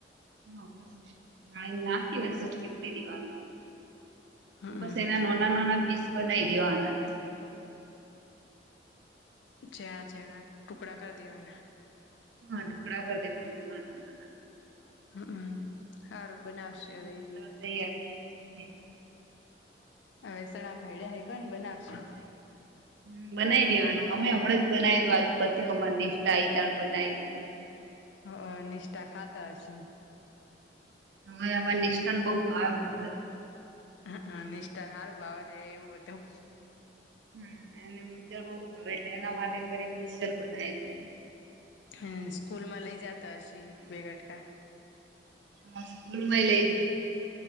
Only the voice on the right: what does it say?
હા પછી નાખીને સરખી કરી દેવાનું
બસ એના નાોના નાના પીસ બનાય દેવાના
હા ટુકડા કર દેવાના નાના નાના
પછી
મોગદળ
<inaudible>
હમ બનાવી દેવાનું અમે હમણા જ બનાવીધું આજ પતિ ઓમાં નિષ્ઠા <unintelligible> બનાયવુ
અમે અમા નિષ્ઠાન બો ભાવ મગદર
હમ એને મદર બો ભાવૂ એટલે એના માટે કરી પિસલ બનાયતું
હ સ્કૂલમાંય લે જય